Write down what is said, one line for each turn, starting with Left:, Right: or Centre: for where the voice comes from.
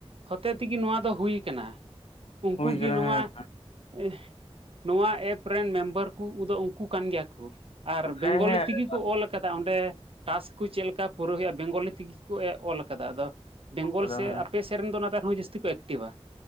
Right: ᱦᱚᱛᱮ ᱛᱮᱜᱮ ᱱᱚᱣᱟ ᱫᱚ ᱦᱩᱭ ᱠᱟᱱᱟ ᱩᱱᱠᱩ
Left: ᱦᱩᱭ
Right: ᱜᱮ
Left: ᱠᱟᱱᱟ
Right: ᱱᱚᱣᱟ
Left: ᱦᱮᱸ
Right: ᱮ ᱱᱚᱣᱟ ᱮᱯ ᱨᱮᱱ ᱢᱮᱢᱵᱟᱨ ᱠᱚ ᱫᱩ ᱩᱱᱠᱩ ᱠᱟᱱ ᱜᱮᱭᱟ ᱠᱚ ᱟᱨ ᱵᱮᱝᱜᱚᱞᱤ
Left: ᱦᱮᱸ ᱦᱮᱸ
Right: ᱛᱮᱜᱮ ᱠᱚ ᱚᱞ ᱠᱟᱫᱟ ᱚᱸᱰᱮ ᱴᱟᱥᱠ ᱠᱚ ᱪᱮᱫ ᱞᱮᱠᱟ ᱯᱩᱨᱟᱹ ᱦᱩᱭᱩᱜᱼᱟ ᱵᱮᱝᱜᱚᱞᱤ ᱛᱮᱜᱮ ᱠᱚ ᱚᱞ ᱠᱟᱫᱟ ᱟᱫᱚ ᱵᱮᱝᱜᱚᱞ
Left: ᱫᱟᱫᱟ
Right: ᱥᱮ
Left: ᱦᱮᱸ
Right: ᱟᱯᱮ ᱥᱮᱫᱨᱮᱱ ᱫᱚ ᱚᱱᱮᱟᱛᱮ ᱟᱨᱦᱚᱸ ᱡᱟᱹᱥᱛᱤ ᱠᱚ ᱮᱠᱴᱤᱵᱟ